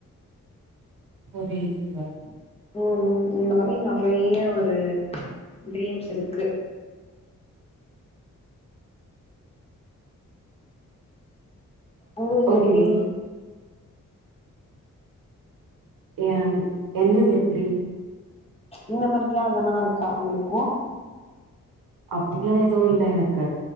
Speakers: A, on the right; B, on the left.
A: புரியுதுங்களா
B: ம் ம் இந்த மாதிரி நறைய ஒரு ட்ரீம்ஸ் இருக்கு உங்களுக்கு
A: ஓகே
B: எப்படி
A: ய என்னது எப்டி
B: இந்த மாதிரிலாம் எதனா இருக்கா உங்களுக்கும்
A: அப்பிடலாம் எதுவும் இல்ல எனக்கு